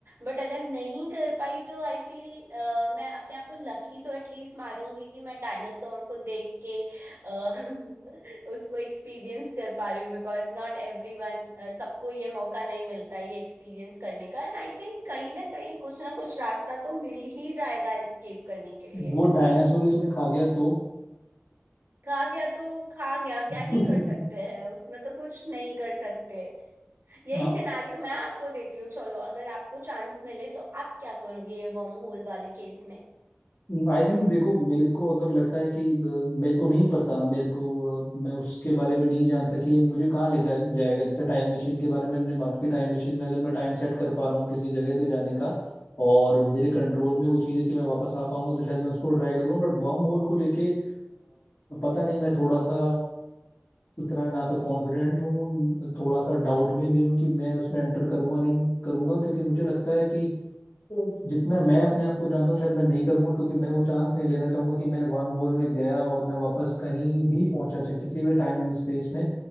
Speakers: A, on the right (about 80°); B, on the left (about 85°).
A: बट अगर नहीं कर पाई तो आई फील मैं अपने आप को लकी तो एटलीस्ट मानूंगी कि मैं डायनासोर को देख के अ, <laughs> उसको एक्सपीरियंस कर पा रही हूँ बिकॉज नॉट एवरीवन सबको ये मौका नहीं मिलता ये एक्सपीरियंस करने का एंड आई थिंक कहीं ना कहीं कुछ ना कुछ रास्ता तो मिल ही जाएगा एस्केप करने के लिए
B: वो डायनासोर ही तुम्हें खा गया तो
A: खा गया तो खा गया क्या
B: <laughs>
A: ही कर सकते हैं उसमें तो कुछ नहीं कर सकते यही
B: हाँ
A: सिनारियो मैं आपको देती हूँ चलो अगर आपको चांस मिले तो आप क्या करोगे ये वर्म होल वाले केस में
B: आई थिंक देखो मेरे को अगर लगता है कि अ, मेरे को नहीं पता मेरे को अ, मैं उसके बारे में नहीं जानता कि ये मुझे कहाँ लेके जाएगा जैसे टाइम मशीन के बारे में हमने बात की टाइम मशीन में अगर मैं टाइम सेट कर पा रहा हूँ किसी जगह पे जाने का और मेरे कंट्रोल में वो चीज़ है कि मैं वापस आ पाऊंगा तो शायद मैं उसको ट्राई करूंगा बट वर्म होल को लेके अ, पता नहीं मैं थोड़ा सा इतना ना तो कॉन्फिडेंट हूँ थोड़ा सा डाउट में भी हूँ कि मैं उसमें एंटर करूंगा नहीं करूंगा क्योंकि मुझे लगता है कि तो जितना मैं अपने आप को जानता हूँ शायद मैं नहीं करूंगा क्योंकि मैं वो चांस नहीं लेना चाहूंगा कि मैं वर्म होल में गया और मैं वापस कहीं भी पहुंचा चाहे किसी भी टाइम एंड स्पेस में